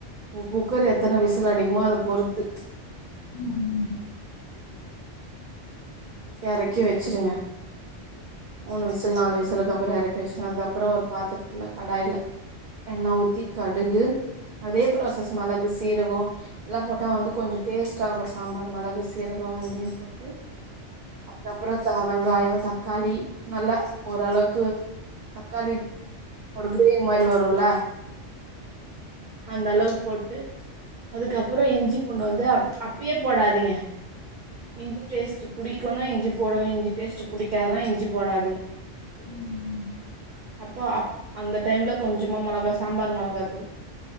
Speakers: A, on the right; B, on the left.
A: உங்க குக்கர் எத்தன விசல் அடிக்குமோ அத பொறுத்து
B: ம்
A: எறக்கி வச்சிருங்க மூணு விசில் நாலு விசிலுக்கு அப்புறோ எறக்க வஷ்ருங்க அதுக்கப்புறோ ஒரு பாத்துரத்துல கடாயில எண்ணெ ஊத்தி கடுகு அதே ப்ராசஸ் மெளகு சீரகோ இதல்லா போட்டா வந்து கொஞ்சோ டேஸ்ட்டாருக்கு சாம்பார் மெளகு சீரகோ வெந்தையோ போட்டு அதுக்கப்புறோ தா வெங்காயோ தக்காளி நல்லா ஓரளவுக்கு தக்காளி ஒரு கிரேவி மாரி வருல்ல அந்தளவுக்கு போட்டு அதுக்கப்புறோ இஞ்சி பூண்டு வந்து அப் அப்பயே போடாதீங்க இஞ்சி டேஸ்ட் புடி குன்னா இஞ்சி போடுங்க இஞ்சி டேஸ்ட் புடிக்காதனா இஞ்சி போடாதீங்க
B: ம் ம்
A: அப்ப அப் அந்த டைம்ல கொஞ்சமா மொளகா சாம்பார் மொளகா தூள்